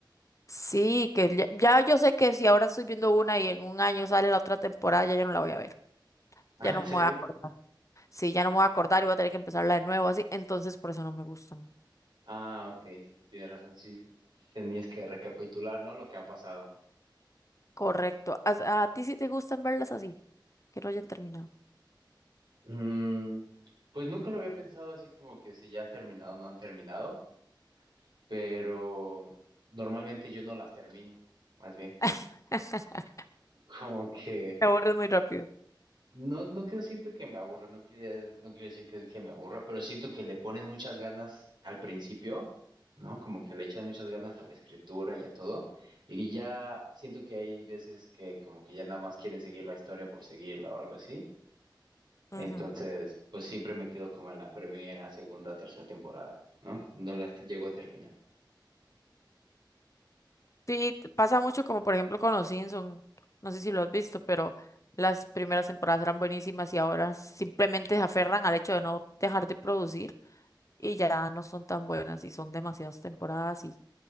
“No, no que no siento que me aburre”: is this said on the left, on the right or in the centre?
Right